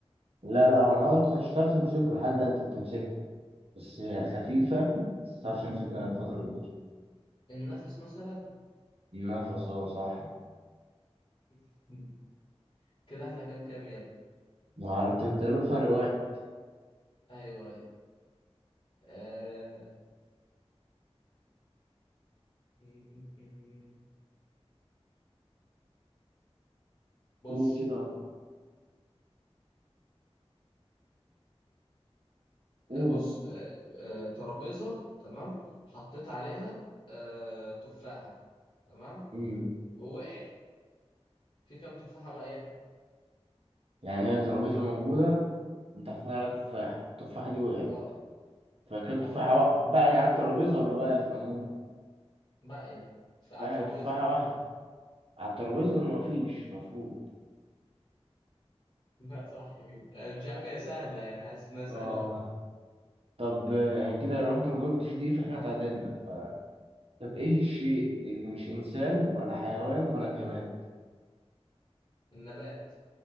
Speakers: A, on the right; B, on the left.
A: لا لا هو الهوا أنت مش هتعرف تمسكه الحاجة لا أنت بتمسكها بس هي خفيفة بس متعرفش أمسكها فترة كبيرة
B: النفس مثلا
A: نفس هو صح
B: <laughs> كده احنا كام كام يا ابني
A: ما أعرف تقريبا فرق واحد
B: ايوه ايوه آه... م- م- م. بص
A: قول كده قول
B: بص آه... آه... ترابيزة تمام حطيت عليها آه... تفاحة تمام
A: مم.
B: ووقعت في كام تفاحة باقية
A: يعني هي ترابيزة موجودة من تحتها عليها تفاحة التفاحة دي وقعت
B: اه
A: فكان
B: اه
A: تفاحة وق... بقى على الترابيزة ولا بقى في العموم؟
B: باقية ف- على
A: لا
B: الترابيزة
A: هي تفاحة واحدة على الترابيزة مفيش مفروض
B: <laughs> لا صح كده آه... مش عارف هي سهلة يعني حاسس انها سهلة
A: آه
B: أوي
A: طب آه، كده لو أنت ما جاوبتش دي فإحنا اتعادلنا ف... طب إيه الشيء اللي مش إنسان ولا حيوان ولا جماد؟
B: النبات